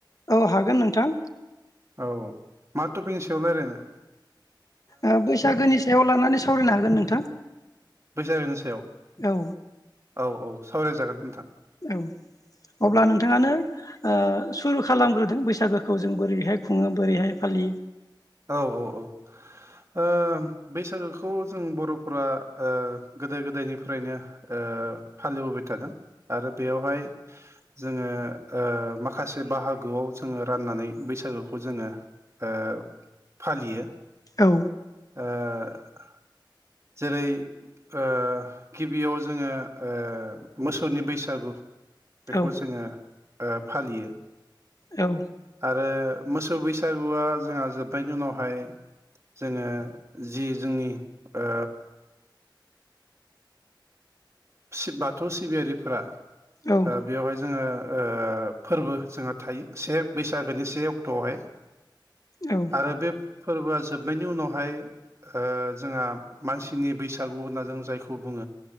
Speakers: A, on the left; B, on the right.
A: औ हागोन नोंथां।
B: औ मा टपिकनि सायाव रायलायनो?
A: ओ बैसागोनि सायाव लानानै सावरायनो हागोन नोंथां?
B: बैसागोनि सायाव?
A: औ
B: औ औ सावरायजागोन नोंथां।
A: औ
B: औ
A: अब्ला नोंथाङानो ओ सुरु खालामग्रो बैसागोखौ जों बोरैहाय खुङो बोरैहाय फालियो
B: औ औ औ ओ बैसागोखौ जों बर'फोरा ओ गोदो गोदायनिफ्रायनो ओ ओ फालिबोबाय थादों आरो बेयावहाय जोङो ओ माखासे बाहागोआव जोङो राननानै बैसागोखौ जोङो ओ फालियो <inaudible>
A: औ
B: ओ <inaudible> जेरै ओ गिबियाव जोङो ओ मोसौनि बैसागु बेखौ
A: औ
B: जोङो ओ फालियो <inaudible>
A: औ
B: आरो मोसौ बैसागुआ जोंहा जोबनायनि उनावहाय जोङो जि जोंनि ओ सिब बाथौ सिबियारिफोरा
A: औ
B: बेवहाय जोङो ओ फोरबो जोंहा थायो से बैसागोनि से अक्ट'आवहाय
A: औ
B: आरो बे फोरबोआ जोबनायनि उनावहाय ओ जोंहा मानसिनि बैसागु होनना जों जायखौ बुङो